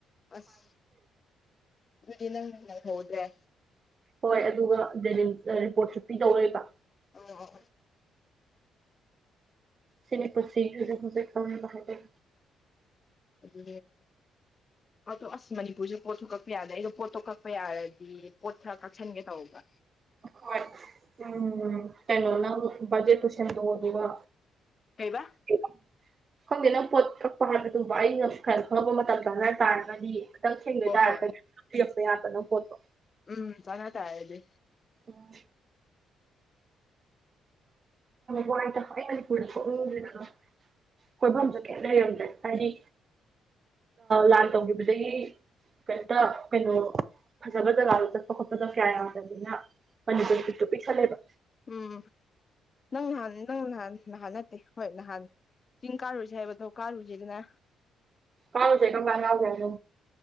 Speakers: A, on the left (about 40°); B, on the right (about 40°).
A: ꯑꯁ ꯑꯗꯨꯗꯤ ꯅꯪꯪꯍꯧꯗ꯭ꯔꯦ
B: ꯍꯣꯏ ꯑꯗꯨꯒ ꯗ ꯔꯤꯄꯣꯔꯠꯁꯨ ꯄꯤ ꯇꯧꯔꯣꯏꯕ
A: ꯑꯣ ꯑꯣ
B: ꯁꯤꯅꯤꯄꯁꯤꯁꯨꯖꯤꯛ ꯍꯧꯣꯖꯤꯛꯕꯥꯧꯅ ꯍꯥꯏꯥꯏꯕ
A: ꯑꯗꯨ ꯑꯗꯣ ꯑꯁ ꯃꯅꯤꯄꯨꯔꯁꯨꯦ ꯄꯣꯠ ꯊꯣꯛ ꯀꯛꯄ ꯌꯥꯗ ꯑꯩꯗꯣ ꯄꯣꯠꯇꯣ ꯀꯛꯄ ꯌꯥꯔꯗꯤ ꯄꯣꯠ ꯈꯔ ꯀꯛꯁꯟꯒꯦ ꯇꯧꯕ
B: ꯍ ꯎꯝ ꯀꯩꯅꯩꯅꯣ ꯅ ꯖꯦ ꯇꯨꯁꯟ ꯇ ꯍꯗꯕ
A: ꯀꯩꯕꯥ
B: <inaudible> ꯈꯪꯗꯦ ꯅꯪ ꯄꯣꯠ ꯀꯛꯄ ꯍꯥꯏꯕꯗꯨꯕ ꯑꯩ ꯉ ꯈꯔ ꯈꯪꯕ ꯃꯇꯝꯗ ꯉꯔ ꯇꯥꯔꯒꯅꯤ ꯈꯤꯇꯪ ꯊꯦꯡꯗꯣꯏ
A: ꯍꯣꯏ
B: ꯇꯥꯔꯒꯗꯤ
A: ꯍꯣꯏ
B: ꯌꯦꯛꯄ ꯌꯥꯗꯅ ꯈꯣꯠꯇꯣ
A: ꯎꯝ ꯆꯉ ꯇ ꯍꯥꯏꯗꯤ
B: ꯎꯝ ꯋꯥꯇ ꯐꯅꯤꯔ ꯀꯣꯏꯐꯝꯖ ꯀꯦ ꯂꯩꯔꯝꯗ꯭ꯔꯦ ꯍꯥꯏꯗꯤ ꯂꯥꯟ ꯇꯧꯈꯤꯕꯗꯒꯤ ꯀꯩꯝꯇ ꯀꯩꯅꯣ ꯐꯖꯕ ꯖꯒꯥꯗꯣ ꯆꯠꯄ ꯈꯣꯠꯄꯗ ꯀꯌꯥ ꯌꯥꯗꯕꯅꯤꯅ ꯃꯅꯤꯄꯨꯔꯒꯤ ꯄꯤꯛꯇꯣ ꯄꯤꯛꯊꯜꯂꯦꯕ
A: ꯎꯝ ꯅꯪ ꯅꯍꯥꯟ ꯅꯪ ꯅꯍꯥꯟ ꯅꯍꯥꯟ ꯅꯠꯇꯦ ꯍꯣꯏ ꯅꯍꯥꯟꯅꯦ ꯆꯤꯡ ꯀꯥꯔꯨꯁꯦ ꯍꯥꯏꯕꯗꯣ ꯀꯥꯔꯨꯁꯤꯦꯗꯅ
B: ꯀꯥꯎꯁꯦ ꯀꯪ ꯀꯥꯟꯅꯅꯥꯖ ꯑꯗꯨ